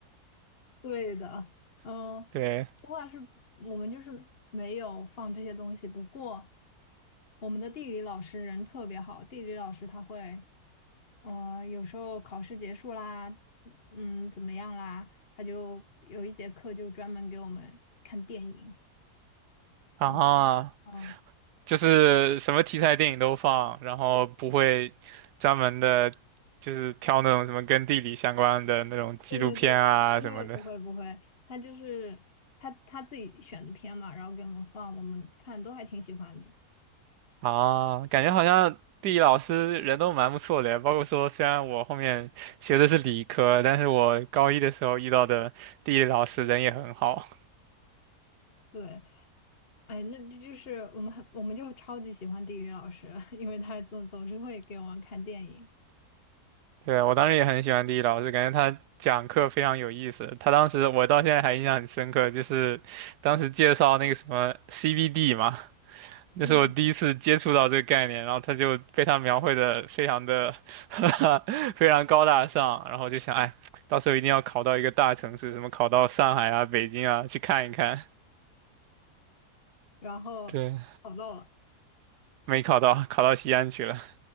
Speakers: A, on the left; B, on the right.
A: 对的，嗯、
B: <laughs> 对
A: 不过是我们就是没有放这些东西，不过我们的地理老师人特别好，地理老师他会。哦，有时候考试结束啦，嗯，怎么样啦，他就有一节课就专门给我们看电影。
B: 啊，
A: 嗯，嗯，
B: 就是什么题材电影都放，然后不会专门的，
A: 对
B: 就是挑那种什么跟地理相关的那种纪录片啊什么的。
A: 对对对，不会不会不会，他就是他他自己选的片嘛，然后给我们放，我们看都还挺喜欢的。嗯
B: 啊，感觉好像地理老师人都蛮不错的，包括说虽然我后面学的是理科，但是我高一的时候遇到的地理老师人也很好。
A: 对，哎，那这就是我们很我们就超级喜欢地理老师，<laughs> 因为他总总是会给我们看电影，
B: 对，我当时也很喜欢地理老师，感觉他讲课非常有意思。他当时我到现在还印象很深刻，就是当时介绍那个什么 c b d 嘛。那是我第一次接触到这个概念，
A: 嗯，
B: 然后他就被他描绘的非常的 <laughs> 非常高大上，然后就想，哎，到时候一定要考到一个大城市，什么考到上海啊、北京啊去看一看。
A: 然后跑到了，
B: 对，<laughs> 没考到，考到西安去了。